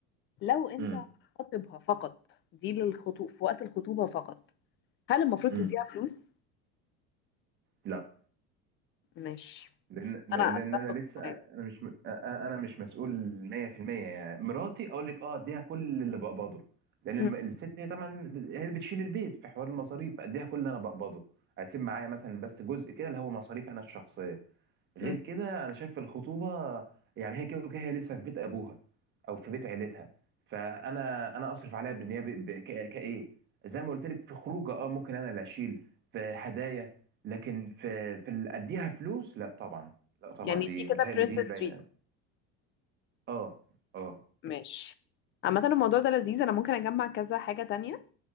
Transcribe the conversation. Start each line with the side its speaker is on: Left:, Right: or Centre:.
Left: لو انت
Right: امم
Left: خاطبها فقط دي للخطوب في وقت الخطوبة فقط هل المفروض
Right: امم
Left: تديها فلوس؟
Right: لا
Left: ماشي
Right: لان لان
Left: انا اتفق
Right: لأن انا لسه
Left: معاك
Right: انا مش م- أ- أ- انا مش مسؤول 100% يعني مراتي اقول لك اه اديها كل اللي بقبضه لان
Left: م-
Right: الم- الست هي طبعا ب- هي اللي بتشيل البيت في حوار المصاريف اديها كل اللي انا بقبضه اسيب معايا مثلا بس جزء كده اللي هو مصاريف انا الشخصيه غير
Left: م-
Right: كده انا شايف الخطوبه يعني هي كده وكده هي لسه في بيت ابوها او في بيت عيلتها فانا انا اصرف عليها بالنيابه ب- ك- كايه زي ما قلت لك في خروجه اه ممكن انا اللي اشيل في هدايا لكن في في اللي اديها فلوس لا طبعا لا طبعا
Left: يعني
Right: دي
Left: دي
Right: متهيألي
Left: كده برنسس
Right: دي باينه
Left: تريت
Right: أوي. اه اه
Left: ماشي عامة الموضوع ده لذيذ انا ممكن اجمع كذا حاجة تانية